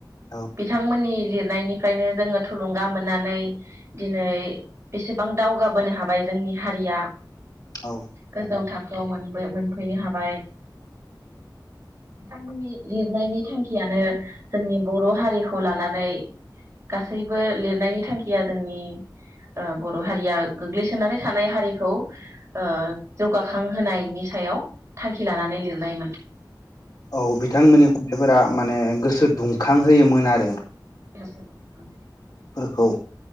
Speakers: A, on the left; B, on the right.
A: औ
B: बिथांमोननि लिर निफ्रायनो जोङो थुलुंगा मोननानै दिनै बेसेबां दावगाबोनो हाबाय जोंनि हारिया
A: औ
B: गोजौ थाखो बाव मोनब्रै-मोनफैनो हाबाय बिथांमोननि लिरनायनि थांखियानो जोंनि बर' हारिखौ लानानै गासैबो लिरनायनि थांखिया जोंनि ओं बर' हारिया गोग्लैसोनानै थानाय हारिखौ ओ जौगाखां होनायनि सायाव। थांखि लानानै लिरनायमोन।
A: औ बिथांमोननि खन्थाइफोरा माने गोसो दुंखां होयोमोन आरो।
B: <inaudible>
A: फोरखौ